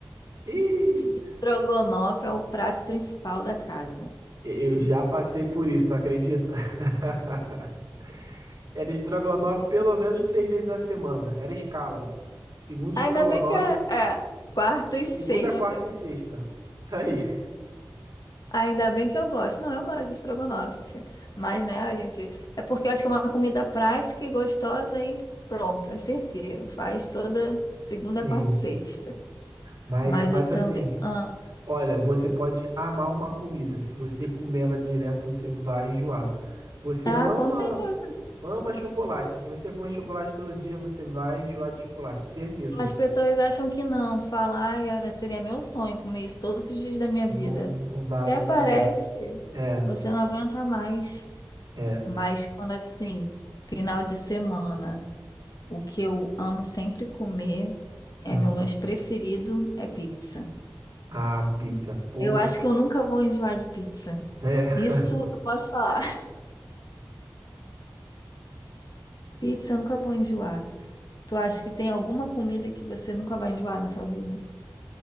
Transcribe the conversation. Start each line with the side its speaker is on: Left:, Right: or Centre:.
Right: Ih,
Left: Estrogonofe é o prato principal da casa. né?
Right: eu já passei por isso, tu acredita? <laughs> Era estrogonofe pelo menos três vezes na semana. Era escala. Segundo estrogonofe,
Left: Ainda bem que é, é quarta e sexta.
Right: Segunda, quarta e sexta. Isso aí.
Left: Ainda bem que eu gosto. Não, eu gosto de estrogonofe. Mas, né, a gente. É porque eu acho que é uma comida prática e gostosa e pronto, é certeiro. Faz toda segunda,
Right: Sim.
Left: quarta e sexta.
Right: Mas,
Left: Mas
Right: mas
Left: eu também.
Right: assim,
Left: Ah,
Right: olha, você pode amar uma comida. Se você comer ela direto, você vai enjoar. Você
Left: ah,
Right: ama,
Left: com certeza.
Right: ama chocolate. Se você comer chocolate todo dia, você vai enjoar de chocolate, certeza.
Left: As pessoas acham que não. Falar, ai, era, seria meu sonho comer isso todos os dias da minha
Right: Não,
Left: vida.
Right: não dá,
Left: Até
Right: não
Left: parece.
Right: dá certo. É,
Left: Você não aguenta mais.
Right: é.
Left: Mas quando assim, final de semana. O que eu amo sempre comer é
Right: Hum.
Left: meu lanche preferido é pizza.
Right: Ah, pizza, pô.
Left: Eu acho que eu nunca vou enjoar de pizza.
Right: É.
Left: Isso eu posso falar. <laughs> Pizza eu nunca vou enjoar. Tu acha que tem alguma comida que você nunca vai enjoar na sua vida?